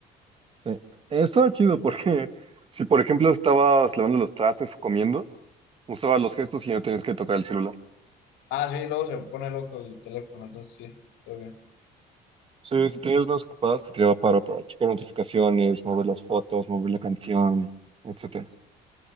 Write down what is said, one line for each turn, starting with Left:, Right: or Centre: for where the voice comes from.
Right: Sí. Estaba chido porque <laughs> si, por ejemplo, estabas lavando los trastes o comiendo, usabas los gestos y no tenías que tocar el celular.
Left: Ah, sí, luego se pone loco el teléfono, entonces sí, todo bien.
Right: Sí, si tenías manos ocupadas, te tiraba paro para checar notificaciones, mover las fotos, mover la canción, etcétera.